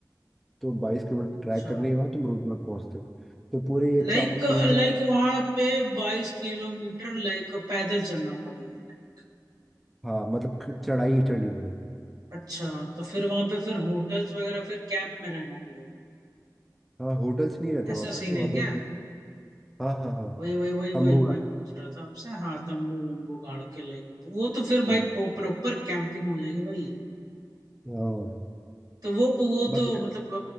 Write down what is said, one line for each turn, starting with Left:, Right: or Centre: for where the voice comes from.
Centre: तो बाईस किलोमीटर
Right: अच्छा
Centre: ट्रैक करने के बाद तुम रूपनाथ पहुंचते हो तो पूरे ये
Right: लाइक
Centre: चा, तीन
Right: लाइक
Centre: चार
Right: वहां पे बाईस किलोमीटर लाइक पैदल चलना पड़ेगा लाइक
Centre: हाँ मतलब ख- चढ़ाई ही चढ़नी पड़ेगी
Right: अच्छा तो फिर वहां पे फिर होटल्स वगैरह फिर कैंप में रहना पड़ेगा
Centre: हाँ होटल्स नहीं रहते
Right: ऐसा
Centre: वहाँ पर
Right: सीन
Centre: वहाँ
Right: है
Centre: पर
Right: क्या
Centre: वही हाँ हाँ हाँ
Right: वही वही वही
Centre: तंबू
Right: वही मैं पूछ रहा था आपसे हाँ तंबू वंबू गाड़ के लाइक वो तो फिर
Centre: गाड़ी
Right: भाई प्रॉपर कैंपिंग हो जाएगी भाई
Centre: हाँ
Right: तो वो वो
Centre: बाकी
Right: तो मतलब